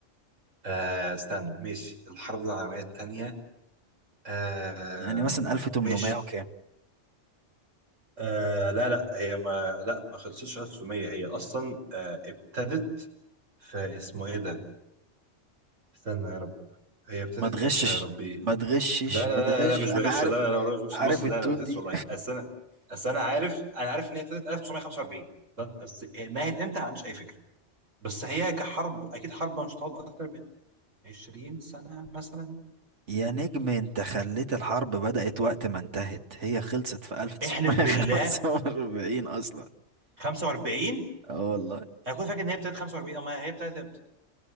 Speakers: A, on the right (about 90°); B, on the right (about 70°).
A: آه استنى ماشي الحرب العالميه الثانيه آه
B: يعني مثلا 1800
A: ماشي
B: وكام
A: آه لا لا هي ما لا ما خلصتش 1900 هي اصلا آه ابتدت في اسمه ايه ده استنى يا رب هي ابتدت
B: ما تغشش
A: امتى يا ربي
B: ما تغشش
A: لا لا
B: ما تغش
A: لا لا مش
B: انا
A: بغش
B: عارف
A: لا لا لا والله مش بغش
B: عارف
A: بص لا
B: التون
A: لا ما بغش
B: دي
A: والله اصل انا اصل انا عارف انا عارف ان هي ابتدت 1945 ده- بس نهت امتى ما عنديش اي فكره بس هي كحرب اكيد حرب مش هتقعد اكتر من 20 سنه مثلا
B: <laughs> يا نجم انت خليت الحرب بدأت وقت ما انتهت هي خلصت في 1945
A: احلف بالله
B: اصلا
A: 45
B: اه والله
A: انا كنت فاكر ان هي ابتدت 45 اما هي ابتدت امتى